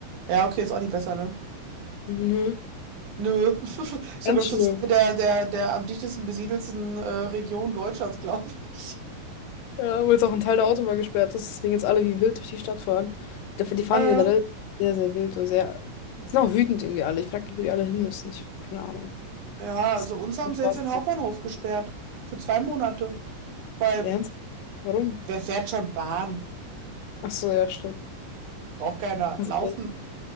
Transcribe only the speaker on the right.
Ja, okay, ist auch nicht besser, ne?
Nö. <laughs> So,
glaube ich,
so zwei der, der, der am dichtesten besiedelsten äh, Region Deutschlands, <laughs> glaube ich.
Äh,
ja,
also uns haben
sie
jetzt den Hauptbahnhof
gesperrt. Für zwei Monate. Weil
wer fährt schon Bahn?
Braucht keiner.
Laufen.